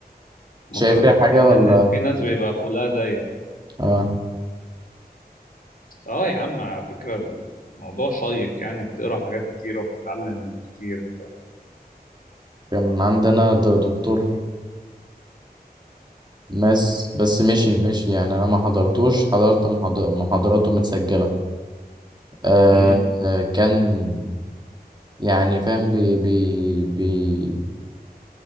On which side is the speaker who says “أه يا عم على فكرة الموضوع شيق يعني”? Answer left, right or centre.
Left